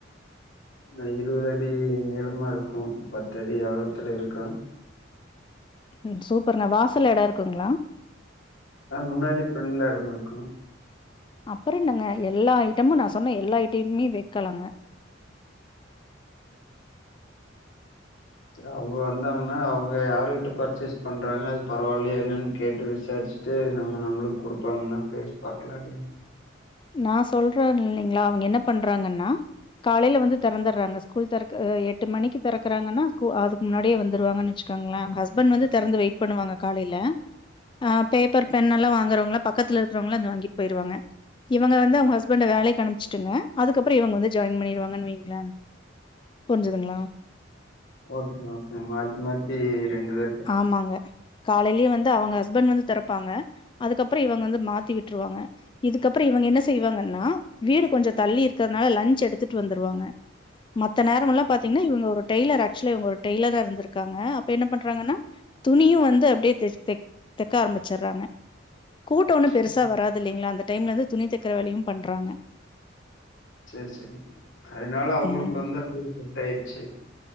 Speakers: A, on the left; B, on the left.
A: ந இருவது அடி நீளமா இருக்கு பத்தடி அகலத்துல இருக்கா
B: ம் சூப்பர்ணா வாசல்ல எடோ இருக்குங்ளா
A: ஆ முன்னாடி ஃப்ரெண்ட்ல எடமிருக்கு
B: அப்பறென்னங்க எல்லா ஐட்டமு நா சொன்ன எல்லா ஐட்டையுமே வைக்கலாங்க
A: ச அவங்க வந்தாங்கன்னா அவங்க யாருகிட்ட பர்ச்சேஸ் பண்றாங்க அது பரவால்லையா என்னனு கேட்டு விசாரிச்சி ட்டு நம்ம நம்மளுக் குடுப்பாங்கனா பேசி பாக்கலாலையா
B: நா சொல்றன் இல்லைங்களா அவங்க என்ன பண்றாங்கன்னா காலைல வந்து தெறந்துர்றாங்க ஸ்கூல் தெறக் அ எட்டு மணிக்கு தெறக்குறாங்கன்னா கு அதுக்கு முன்னாடியே வந்துருவாங்கன் வச்சுக் டோங்ளே ஹஸ்பண்ட் வந்து தெறந்து வெயிட் பண்ணுவாங்க காலையில ஆ பேப்பர் பென்னெல்லா வாங்குறவங்களா பக்கத்துல இருக்றவங்களா இத வாங்கிட் போயிருவாங்க இவங்க வந்து அவங்க ஹஸ்பண்ட வேலைக்கு அனுப்ச்சிட்டுங்க அதுக்கப்பறோ இவங்க வந்து ஜாயின் பண்ணிருவாங்கன் வைங்ளே புரிஞ்சதுங்ளா
A: ஓகே ஓகேங்க மாத்தி மாத்தி ரெண்டு பேருக்கு
B: ஆமாங்க காலைலயே வந்து அவங்க ஹஸ்பண்ட் வந்து தெறப்பாங்க அதுக்கப்றோ இவங்க வந்து மாத்தி விட்ருவாங்க இதுக் கப்றோ இவங்க என்ன செய்வாங்கன்னா வீடு கொஞ்சோ தள்ளி இருக்கதுனால லஞ்ச் எடுத்துட்டு வந்துருவாங்க மத்த நேரமெல்லா பாத்தீங்னா இவங்க ஒரு டெய்லர் ஆக்சுலா இவங்க ஒரு டெய்லரா இருந்துருக்காங்க அப்ப என்ன பண்றாங்கனா துணியு வந்து அப்டியே தச் தக் தக்க ஆரம்பிச்சிர்றாங்க கூட்டோ ஒன்னு
A: பா-
B: பெருசா வராது இல்லைங்ளா அந்த டைம்ல வந்து துணி தக்கிற வேலையு பண்றாங்க
A: சேர் செரி அதனால அவங்களுக்கு
B: ம்
A: வந்து அப்டியே செட் ஆயிருச்சி